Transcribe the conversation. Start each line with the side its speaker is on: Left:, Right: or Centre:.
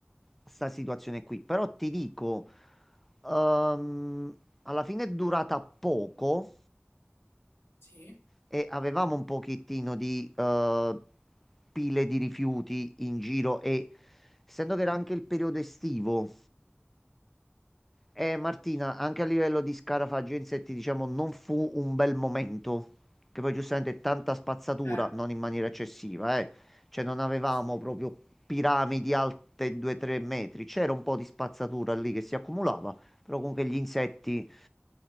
Centre: sta situazione qui. Però ti dico, ehm, alla fine è durata poco
Left: Sì,
Centre: e avevamo un pochettino di eh, pile di rifiuti in giro e essendo che era anche il periodo estivo, eh, Martina, anche a livello di scarafaggi e insetti, diciamo, non fu un bel momento, che poi giustamente tanta spazzatura,
Left: eh,
Centre: non in maniera eccessiva, eh. Cioè non avevamo
Left: sì.
Centre: proprio piramidi alte 2-3 metri, c'era un po' di spazzatura lì che si accumulava, però comunque gli insetti